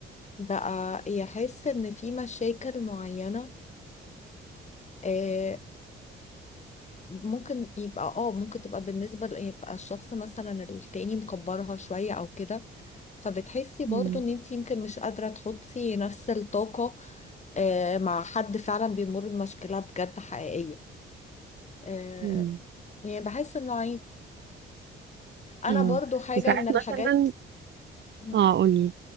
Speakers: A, on the left; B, on the right.
A: بقى يحس ان في مشاكل معينة آه، ممكن يبقى اه ممكن تبقى بالنسبة ل- يبقى الشخص مثلا التاني مكبرها شوية او كده فبتحسي برضو
B: مم.
A: ان انت يمكن مش قادرة تحطي نفس الطاقة آه، مع حد فعلا بيمر بمشكلة بجد حقيقية آه،
B: مم.
A: يعني بحس انه عادي انا
B: اه
A: برضو حاجة
B: وساعات
A: من الحاجات
B: مثلا
A: مم.
B: اه قولي